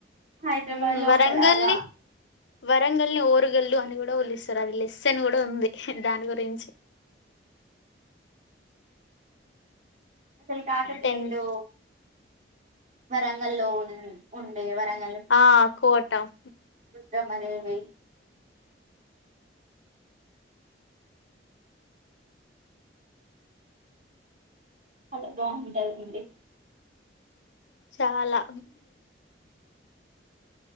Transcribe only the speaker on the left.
ఉమ్
వరంగల్ని
వరంగల్ని ఓ ఓరుగల్లు అని కూడ పిలుస్తారు అది లెసన్ కూడా ఉంది దాని గురించి
టెన్త్
ఆ కోట ఉ
చాలా